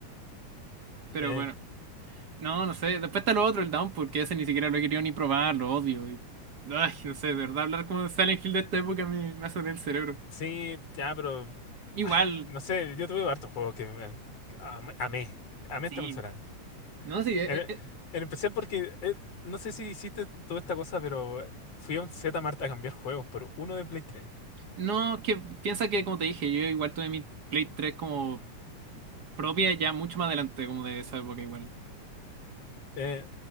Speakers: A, on the right; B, on the left.
A: Pero
B: Eh,
A: bueno, no, no sé. Después está lo otro, el Down, porque ese ni siquiera lo he querido ni probar, lo odio. y- Ay, no sé, de verdad, hablar como de Silent Hill de esta época me, me hace doler el cerebro.
B: Sí, ya, pero
A: Igual,
B: no sé, yo tuve hartos juegos que me- am- amé, amé
A: sí.
B: esta consola.
A: No, sí, eh,
B: En,
A: eh, eh,
B: en especial porque, eh, no sé si hiciste toda esta cosa, pero fui a un Zmart a cambiar juegos por uno de Play 3.
A: no, que piensa que como te dije, yo igual tuve mi Play 3 como propia ya mucho más adelante, como de esa época igual.
B: Eh,